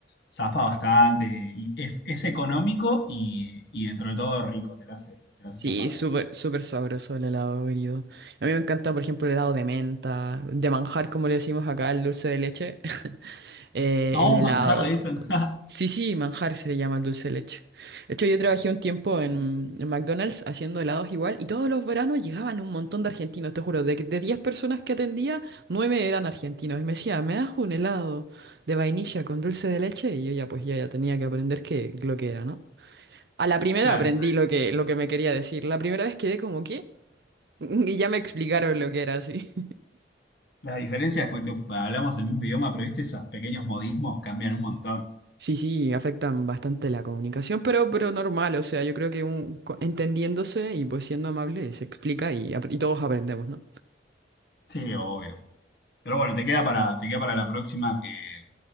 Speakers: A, on the left; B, on the right.
A: zafa bastante. Y es, es económico y, y dentro de todo rico. Te la hace, te la hace
B: Sí,
A: zafar
B: súper,
A: bien.
B: súper sabroso el helado Grido. A mí me encanta, por ejemplo, el helado de menta, de manjar, como le decimos acá, el dulce de leche, <laughs> eh,
A: Oh,
B: el helado.
A: manjar le dicen. <laughs>
B: Sí, sí, manjar se le llama el dulce de leche. De hecho, yo trabajé un tiempo en, en McDonald's haciendo helados igual y todos los veranos llegaban un montón de argentinos, te juro, de, de 10 personas que atendía, 9 eran argentinos y me decía, ¿me das un helado de vainilla con dulce de leche? Y yo ya pues ya, ya tenía que aprender qué, lo que era, ¿no? A la primera
A: Claro.
B: aprendí lo que, lo que me quería decir, la primera vez quedé como, ¿qué? <laughs> Y ya me explicaron lo que era así.
A: Las diferencias, que hablamos el mismo idioma, pero viste, esos pequeños modismos cambian un montón.
B: Sí, sí, afectan bastante la comunicación, pero, pero normal, o sea, yo creo que un, co- entendiéndose y pues siendo amable se explica y, ap- y todos aprendemos, ¿no?
A: Sí, obvio. Pero bueno, te queda para, te queda para la próxima que